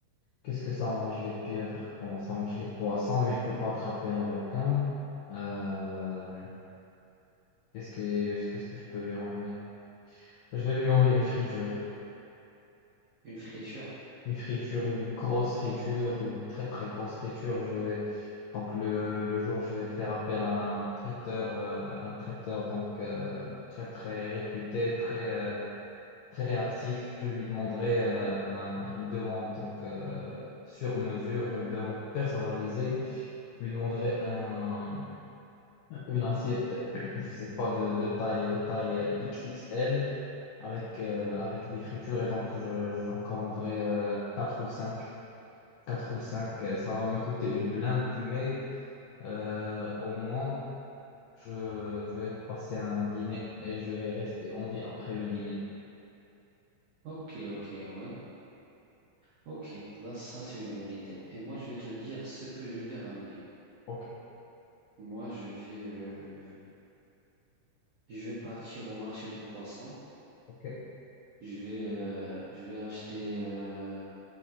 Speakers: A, on the left (about 80°); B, on the right (about 75°).
A: Qu'est-ce que ça mange les pieuvres? Bon, ça mange les poissons, mais je peux pas attraper un requin. Euh, qu'est-ce que, qu'est-ce que je peux lui emmener? Je vais lui emmener une friture.
B: Une friture.
A: Une friture, une grosse friture, une très très grosse friture. Je vais, donc le, le jour, je vais faire appel à un traiteur, euh, un traiteur donc euh, très très réputé, très euh, très réactif. Je lui demanderai euh, un- une demande donc euh, sur mesure, une demande personnalisée. Je lui demanderai un, une assiette, <clears throat> je sais pas, de, de taille de taille euh, XXL avec euh, avec des fritures et donc je, j'en commanderai euh, 4 ou 5, 4 ou 5. euh, ça va me coûter une blinde, mais euh, au moins je, je vais passer un dîner et je vais rester en vie après le dîner.
B: Ok, ok, ouais. Ok, là, ça, c'est une bonne idée. Et moi, je vais te dire ce que je vais ramener.
A: Ok,
B: Moi, je vais, euh, je vais partir au marché de poissons.
A: ok,
B: Je vais, euh, je vais acheter euh,